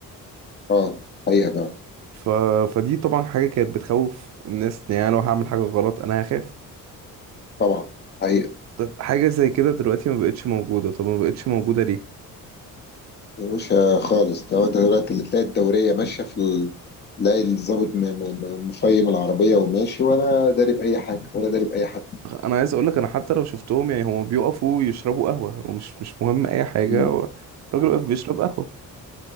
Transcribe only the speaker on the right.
ف... فدي طبعا حاجة كانت بتخوف الناس يعني أنا لو هعمل حاجة غلط أنا هخاف
طب حاجة زي كده دلوقتي ما بقتش موجودة طب ما بقتش موجودة ليه
أنا عايز أقولك أنا حتى لو شفتهم يعني هما بيقفوا يشربوا قهوة ومش مش مهم أي حاجة
هو الراجل واقف بيشرب قهوة